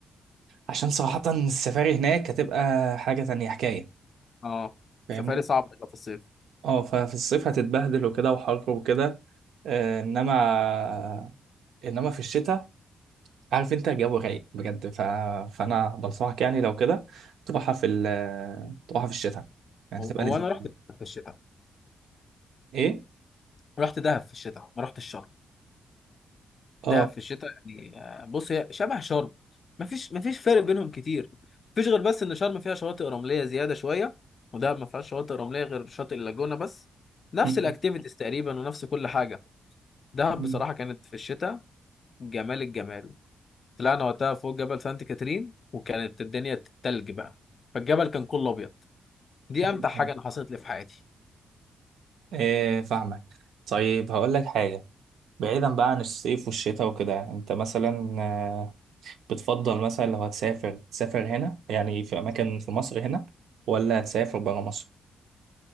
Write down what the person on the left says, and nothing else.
اه
سفاري صعب تبقى في الصيف
هو
هو
انا رحت
في الشتاء
رحت دهب في الشتاء ما رحتش شرم
دهب في الشتاء يعني آه، بص هي شبه شرم مفيش مفيش فرق بينهم كتير مفيش غير بس ان شرم فيها شواطئ رمليه زياده شويه ودهب ما فيهاش شواطئ رمليه غير شاطئ اللاجونه بس نفس
الاكتيفيتيز تقريبا ونفس كل حاجه دهب
بصراحه كانت في الشتاء جمال الجمال طلعنا وقتها فوق جبل سانت كاترين وكانت الدنيا تلج بقى فالجبل كان كله ابيض دي امتع
حاجه انا حصلت لي في حياتي